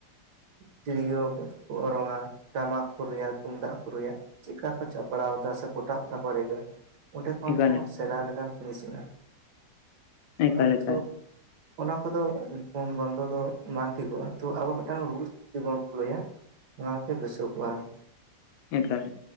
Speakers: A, on the right; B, on the left.
A: ᱛᱤᱨᱤᱭᱳ ᱠᱚ ᱚᱨᱚᱝᱟ ᱴᱟᱢᱟᱠ ᱠᱚ ᱨᱩᱭᱟ ᱛᱩᱢᱫᱟᱜ ᱠᱚ ᱨᱩᱭᱟ᱾ ᱪᱮᱜᱠᱟ ᱠᱚ ᱪᱟᱯᱲᱟᱣ ᱫᱟ ᱥᱮ, ᱠᱚᱴᱟᱵ ᱫᱟᱠᱚ ᱨᱮᱜᱽᱲᱟ᱾ ᱚᱸᱰᱮ ᱠᱷᱚᱱ
B: ᱮᱠᱟᱞ
A: ᱦᱚᱸ ᱥᱮᱬᱟ ᱞᱮᱠᱟᱱ ᱡᱤᱱᱤᱥ ᱢᱮᱱᱟᱜᱼᱟ᱾
B: ᱮᱠᱟᱞ ᱮᱠᱟᱞ
A: ᱟᱛᱳ ᱚᱱᱟ ᱠᱚᱫᱚ ᱵᱚᱱᱫᱚ ᱫᱚ ᱵᱟᱝ ᱴᱷᱤᱠᱚᱜᱼᱟ ᱛᱚ ᱟᱵᱚ ᱢᱤᱫᱴᱟᱝ ᱨᱩᱞᱥ ᱡᱩᱫᱤᱵᱚᱱ ᱯᱷᱳᱞᱳᱭᱟ᱾ ᱚᱱᱟ ᱜᱮ ᱫᱤᱥᱟᱹ ᱠᱚᱣᱟ᱾
B: ᱮᱠᱟᱞ